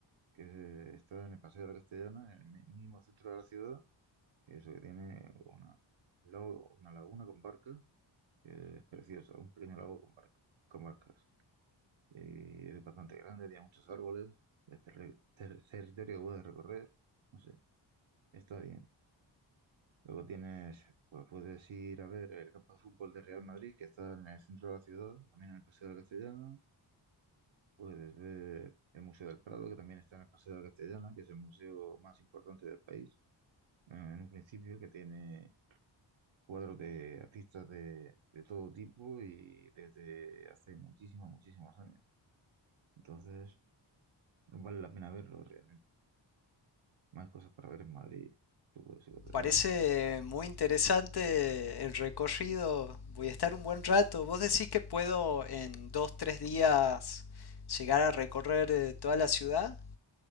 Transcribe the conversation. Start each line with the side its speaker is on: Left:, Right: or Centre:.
Right: que está en el Paseo de la Castellana, en el mi- mismo centro de la ciudad, que eso que tiene una, lago- una laguna con barcas, que es preciosa, un pequeño lago con barca- con barcas. Y es bastante grande, tiene muchos árboles, es terri- ter- territorio que puedes recorrer, no sé, está bien. Luego tienes, pues puedes ir a ver el campo de fútbol de Real Madrid, que está en el centro de la ciudad, también en el Paseo de la Castellana. Puedes ver el Museo del Prado, que también está en el Paseo de la Castellana, que es el museo más importante del país, eh, en un principio, que tiene cuadros de artistas de, de todo tipo y desde hace muchísimos, muchísimos años. Entonces, vale la pena verlo realmente. Más cosas para ver en Madrid, su, su catedral.
Left: Parece muy interesante el recorrido. Voy a estar un buen rato. ¿Vos decís que puedo en dos, tres días llegar a recorrer eh, toda la ciudad?